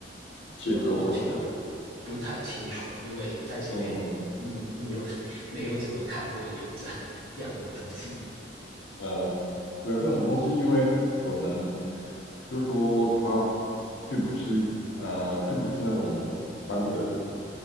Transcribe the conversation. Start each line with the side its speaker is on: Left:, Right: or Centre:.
Left: 切多少这样子。
Right: 这个我就不太清楚了，因为在这边嗯没有没有怎么看过有这
Left: 嗯，
Right: <laughs> 样的东西。
Left: 呃，对啊，这种东西因为可能就是说它并不是呃，并不是那种单人